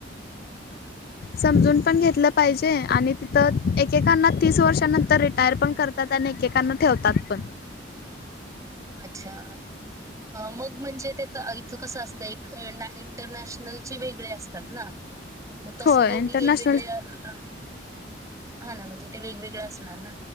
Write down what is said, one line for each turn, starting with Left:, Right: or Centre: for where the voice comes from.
Left: समजून पण घेतलं पाहिजे आणि तिथं एकेकांना तीस वर्षानंतर रिटायर पण करतात आणि एकेकांना ठेवतात पण
Right: अच्छा मग म्हणजे ते-तित <unintelligible> कसं असतंर एक इंटरनॅशनल वेगळे असतात ना मग तस
Left: होय
Right: दोन्ही
Left: इंटरनॅशनल
Right: वेगवेगळे हा ना म्हणजे ते वेगवेगळं असणार ना